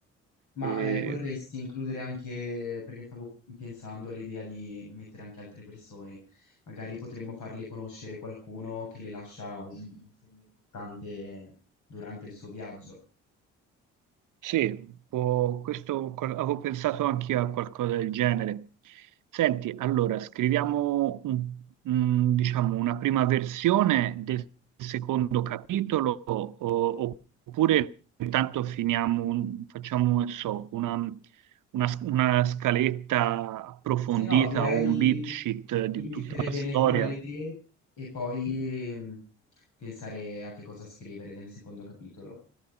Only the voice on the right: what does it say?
Eh,
Sì, può- questo, qual- avevo pensato anche io a qualcosa del genere. Senti, allora, scriviamo un- mm, diciamo una prima versione del secondo capitolo o- oppure intanto finiamo, un- facciamo, non so, una, una s- una scaletta approfondita
o un beat sheet di
tutta la
storia.